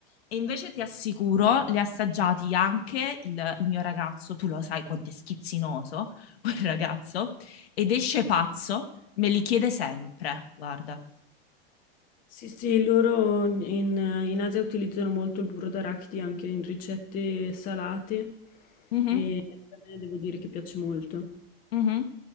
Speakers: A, on the left; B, on the left.
A: E invece ti assicuro, li ha assaggiati anche il, il mio ragazzo, tu lo sai quanto è schizzinoso <laughs> quel ragazzo, ed esce pazzo, me li chiede sempre, guarda.
B: Sì, sì, loro in in Asia utilizzano molto il burro d'arachidi anche in ricette salate
A: Mhm,
B: e a me devo dire che piace molto.
A: mhm.